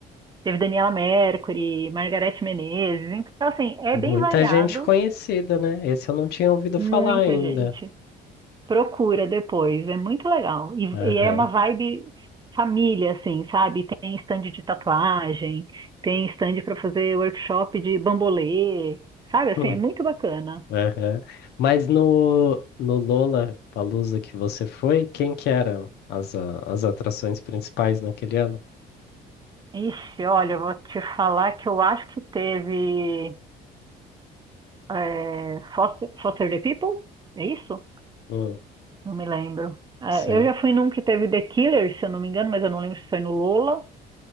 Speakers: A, on the right (about 25°); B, on the left (about 75°).
A: teve Daniela Mercury, Margareth Menezes, então assim, é
B: Muita
A: bem variado,
B: gente conhecida, né? Esse eu não tinha ouvido
A: muita
B: falar ainda.
A: gente. Procura depois, é muito legal. E,
B: Aham.
A: e é uma vibe
B: <laughs>
A: família, assim, sabe? Tem stand de tatuagem, tem stand para fazer workshop de bambolê, sabe? Assim,
B: Hum,
A: é muito bacana.
B: Aham. Mas no, no Lola Palusa que você foi, quem que eram as, a- as atrações principais naquele ano?
A: Ixi, olha, eu vou te falar que eu acho que teve é, Foster, Foster the People, é isso?
B: Hum,
A: Não me lembro. É,
B: sei.
A: eu já fui num que teve The Killers, se eu não me engano, mas eu não lembro se foi no Lola.